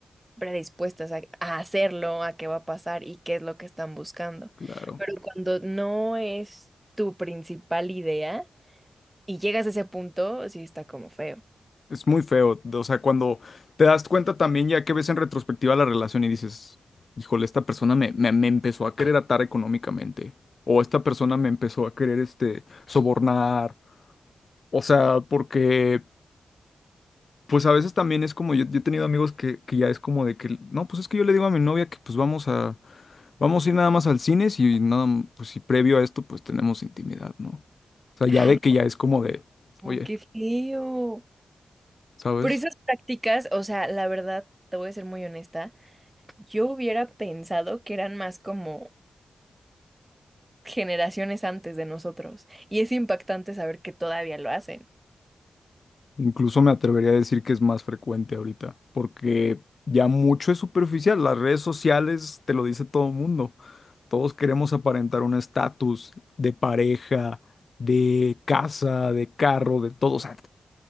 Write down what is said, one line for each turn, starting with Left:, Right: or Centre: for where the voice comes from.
Right: predispuestas a, a hacerlo, a qué va a pasar y qué es lo que están buscando.
Left: Claro.
Right: Pero cuando no es tu principal idea y llegas a ese punto, sí está como feo.
Left: Es muy feo, o sea, cuando te das cuenta también ya que ves en retrospectiva la relación y dices, híjole, esta persona me, me, me empezó a querer atar económicamente, o esta persona me empezó a querer, este, sobornar, o sea, porque Pues a veces también es como, yo, yo he tenido amigos que, que ya es como de que, no, pues es que yo le digo a mi novia que pues vamos a, vamos a ir nada más al cine si, y nada, m- pues si previo a esto pues tenemos intimidad, ¿no? O sea, ya
Right: Ay,
Left: de que ya es como de,
Right: no,
Left: oye,
Right: qué feo.
Left: ¿sabes?
Right: Pero esas prácticas, o sea, la verdad, te voy a ser muy honesta, yo hubiera pensado que eran más como generaciones antes de nosotros. Y es impactante saber que todavía lo hacen.
Left: Incluso me atrevería a decir que es más frecuente ahorita, porque ya mucho es superficial, las redes sociales te lo dice todo el mundo, todos queremos aparentar un estatus de pareja, de casa, de carro, de todo, o sea,